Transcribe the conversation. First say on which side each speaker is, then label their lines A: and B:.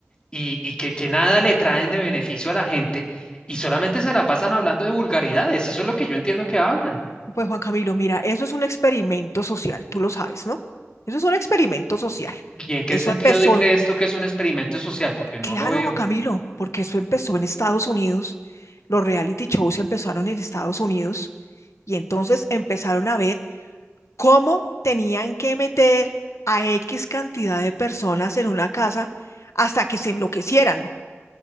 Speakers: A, on the left; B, on the left.
A: y, y que, que nada le traen de beneficio a la gente y solamente se la pasan hablando de vulgaridades. Eso es lo que yo entiendo que hablan.
B: Pues Juan Camilo, mira, eso es un experimento social, tú lo sabes, ¿no? Eso es un experimento social.
A: ¿Y en qué
B: Eso
A: sentido
B: empezó,
A: de cree esto que es un experimento social? Porque no
B: claro,
A: lo veo.
B: Juan Camilo, porque eso empezó en Estados Unidos. Los reality shows empezaron en Estados Unidos y entonces empezaron a ver cómo tenían que meter a X cantidad de personas en una casa hasta que se enloquecieran,